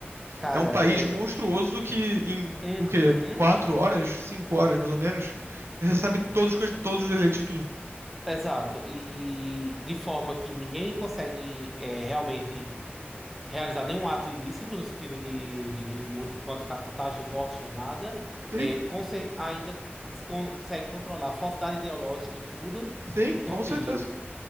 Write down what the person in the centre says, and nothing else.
Cara,
é.
uhum.
Exato, e de forma que ninguém consegue é, realmente realizar nenhum ato ilícito no sentido de, de modi- modificar contagem de votos nem nada,
é, conse- ainda se consegue controlar a falsidade ideológica e tudo.
Então,
assim,